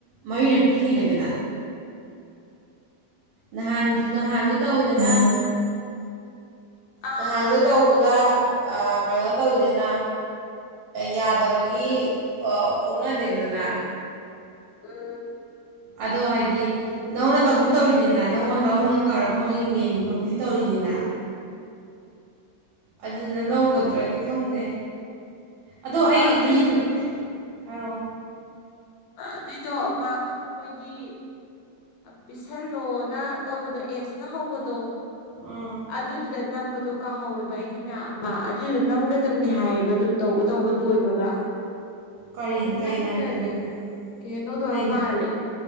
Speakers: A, on the right; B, on the left.
A: ꯃꯔꯤꯔꯛꯇꯤ ꯍꯦꯜꯂꯦꯗꯅ ꯅꯍꯥꯟ ꯅꯍꯥꯟꯁꯨ ꯇꯧꯋꯤꯗꯅ
B: ꯑꯥ
A: ꯅꯍꯥꯟꯁꯨ
B: ꯇꯧꯋꯦ
A: ꯇꯧꯕꯗ ꯀꯩꯅꯣ ꯇꯧꯋꯤꯗꯅ ꯌꯥꯗꯕꯒꯤ ꯑꯣꯛꯅꯗꯦꯗꯅ
B: ꯎꯝ
A: ꯑꯗꯣ ꯍꯥꯏꯗꯤ ꯅꯪꯅ ꯇꯧꯗꯤ ꯇꯧꯔꯤꯅꯤꯅ ꯅꯪꯉꯣꯟꯗ ꯑꯍꯨꯝꯂꯛ ꯇꯧꯔꯒ ꯃꯣꯏꯒꯤ ꯃꯦꯝꯕꯤ ꯈꯣꯠꯄꯤꯗꯤ ꯇꯧꯔꯤꯅꯤꯅ ꯑꯗꯨꯗꯨꯅ ꯂꯧꯒꯗ꯭ꯔꯗꯤ ꯈꯪꯗꯦ ꯑꯗꯣ ꯑꯩꯒꯤꯗꯤ
B: ꯑꯗꯨꯏ
A: ꯍꯥꯏꯔꯣ
B: ꯑꯗꯨꯏꯗꯣ ꯑꯃ ꯑꯩꯈꯣꯏꯒꯤ ꯄꯤꯁꯜꯂꯣꯅ ꯇꯧꯕꯗꯣ ꯑꯦꯁꯅ ꯍꯧꯕꯗꯣ
A: ꯑꯥ
B: ꯑꯗꯨꯗꯨꯗ ꯅꯝꯕꯗꯣ ꯀꯥꯍꯧꯋꯦꯕ ꯑꯩꯗꯤ ꯃꯌꯥꯝ ꯑꯃ ꯑꯗꯨꯏꯗ ꯅꯝꯒꯗꯕꯅꯤ ꯍꯥꯏꯌꯦꯕ ꯑꯗꯨꯝ ꯇꯧꯕ ꯇꯧꯕ ꯂꯣꯏꯕꯒ
A: ꯀꯔꯤ
B: ꯑꯗꯨ
A: ꯀꯔꯤ
B: ꯅꯝꯗ꯭ꯔꯗꯤ
A: ꯅꯝꯗꯦꯕ
B: ꯀꯩ ꯇꯧꯗꯕ
A: ꯀꯩꯅꯣ
B: ꯃꯥꯜꯂꯦ